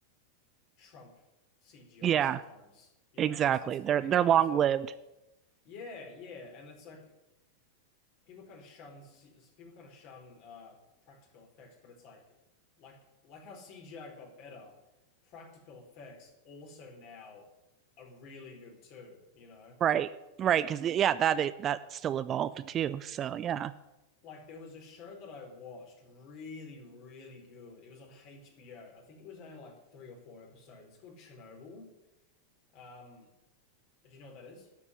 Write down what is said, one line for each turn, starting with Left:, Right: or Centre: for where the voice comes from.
Left: trump CGI
Right: Yeah,
Left: sometimes. You
Right: exactly.
Left: know, it's it's very
Right: They're they're
Left: hard
Right: long
Left: to.
Right: lived.
Left: Yeah, yeah, and it's like people kind of shun C- people kind of shun uh practical effects, but it's like like like how CGI got better, practical effects also now are really good too, you know?
Right: Right. Right, because yeah, that that still evolved too. So yeah.
Left: Like there was a show that I watched really, really good. It was on HBO. I think it was only like three or four episodes. It's called Chernobyl. Um, do you know what that is?